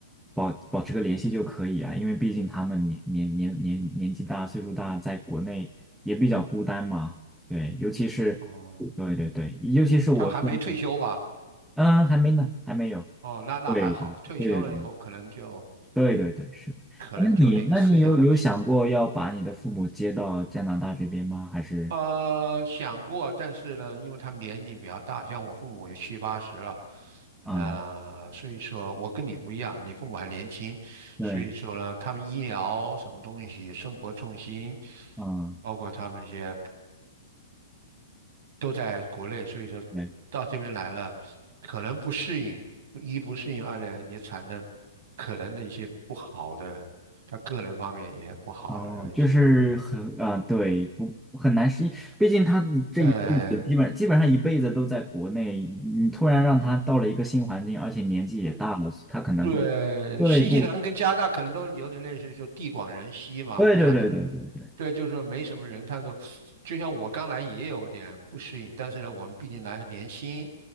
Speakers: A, in the centre; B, on the right.
A: 保保持个联系就可以啊，因为毕竟他们年年年年年纪大，岁数大，在国内也比较孤单嘛，对，尤其是
B: 哦，
A: 对对对，尤其是我现在，
B: 他还没退休吧？
A: 嗯，还没呢，还没有，
B: 哦，那那还好，
A: 对对对
B: 退休了以后可能就
A: 对对对，是。哎那你那你有有想过要把你的父母接到加拿大这边吗？
B: 可能就那个思想性的。
A: 还是？
B: 呃，想过，但是呢，因为他们年龄比较大，像我父母也七八十了，
A: 啊，
B: 呃，所以说我跟你不一样，你父母还年轻，
A: 对，
B: 所以说呢，他们医疗什么东西、生活重心，
A: 啊，
B: 包括他们一些都在国内，所以说到这边来了，
A: 对，
B: 可能不适应，一不适应，二呢也产生可能的一些不好的，他个人方面也不好的一些那个。
A: 哦，就是很，啊，对，不很难适应，毕竟他这一辈子基本基本上一辈子都在国内，
B: 呃。
A: 你突然让他到了一个新环境，而且年纪也大了，他可能会，
B: 对，
A: 对，
B: 新西兰跟加拿大可能都有点类似，
A: 不，
B: 就地广人稀嘛。
A: 对对对对对对，
B: 我不知道你，对，就是说没什么人。他说，就像我刚来也有点不适应，但是呢，我们毕竟来的年轻，